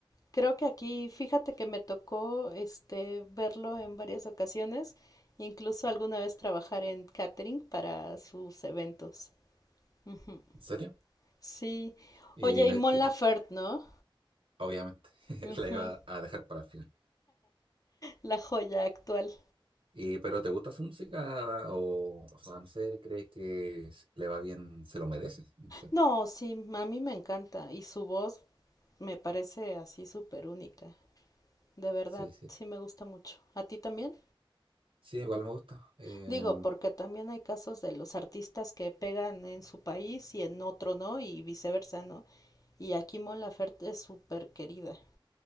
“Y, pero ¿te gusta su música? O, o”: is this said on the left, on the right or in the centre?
Right